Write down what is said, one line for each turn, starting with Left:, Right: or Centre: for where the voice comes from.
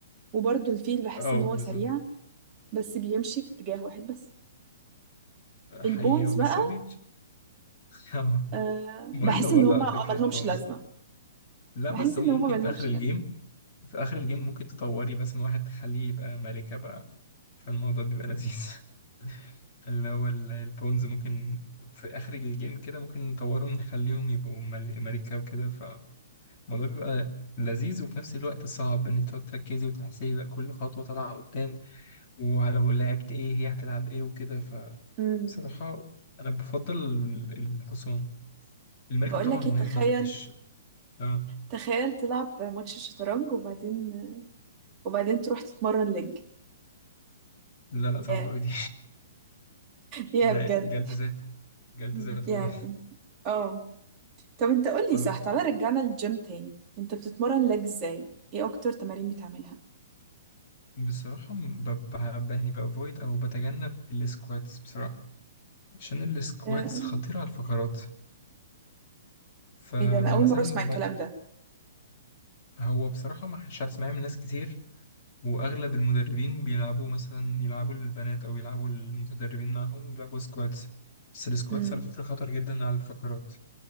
Right: وبرضو الفيل بحس
Left: اه
Right: إن هو
Left: بالظبط
Right: سريع بس بيمشي في اتجاه واحد بس
Left: حقيقي
Right: البونز
Left: اه بس
Right: بقى
Left: هو بيمشي <laughs> اه
Right: أه
Left: مهم
Right: بحس
Left: برضه
Right: ان هما
Left: على
Right: آه،
Left: فكرة
Right: ملهمش
Left: البونز
Right: لازمه
Left: لا
Right: بحس
Left: بس
Right: ان
Left: هما
Right: هما
Left: ممكن
Right: ملهمش
Left: في آخر الجيم
Right: لازمه
Left: في آخر الجيم ممكن تطوري مثلا واحد تخليه يبقى ملكة بقى فالموضوع بيبقى لذيذ <laughs> اللي هو ال- البونز ممكن في آخر الجيم كده ممكن نطورهم نخليهم يبقوا مل- ملكة وكده فالموضوع بيبقى لذيذ وفي نفس الوقت صعب إن انت تقعد تركزي وتحسبي بقى كل خطوة طالعة قدام ولو لعبت ايه هي هتلعب ايه وكده
Right: امم
Left: بصراحة أنا بفضل الحصان الملكة
Right: بقول
Left: طبعا
Right: لك
Left: مهمة
Right: ايه تخيل
Left: مفيش آه.
Right: تخيل تلعب ماتش الشطرنج وبعدين وبعدين تروح تتمرن لج
Left: لا لا صعبة
Right: يا
Left: أوي دي <laughs>
Right: يا
Left: ده
Right: بجد
Left: جلد ذات جلد
Right: مم.
Left: ذات
Right: يعني
Left: والله
Right: اه طب انت قول لي
Left: اه
Right: صح
Left: ف...
Right: تعالى رجعنا للجيم تاني انت بتتمرن لج ازاي ايه اكتر تمارين بتعملها
Left: بصراحة م- ب- ب- يعني بأفويد أو بتجنب السكواتس بصراحة عشان السكواتس
Right: آه،
Left: خطيرة على الفقرات فمثلا
Right: ايه ده انا اول مره اسمع الكلام
Left: ب...
Right: ده
Left: هو بصراحة ما مش هتسمعيه من ناس كتير وأغلب المدربين بيلعبوا مثلا يلعبوا البنات أو يلعبوا المتدربين معاهم بيلعبوا سكواتس بس السكواتس
Right: امم
Left: على فكرة خطر جدا على الفقرات